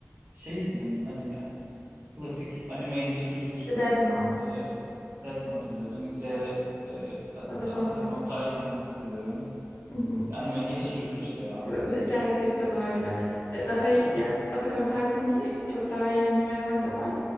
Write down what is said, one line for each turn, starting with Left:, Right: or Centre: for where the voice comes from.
Right: şey izledim anime. Klasik animeye giriş 101.
Left: The Death Note.
Right: Ee, Death Note izledim. Bir de
Left: Evet.
Right: e, A-
Left: Attack
Right: A- Attack
Left: on Titan.
Right: on Titans izledim.
Left: <laughs>
Right: Animeye giriş 101 işte ya.
Left: Evet, Gerçekten öyle. E, Daha iyi,
Right: Bir,
Left: ya,
Right: bir-
Left: Attack on Titan'ın iyi, çok daha iyi animeler de var.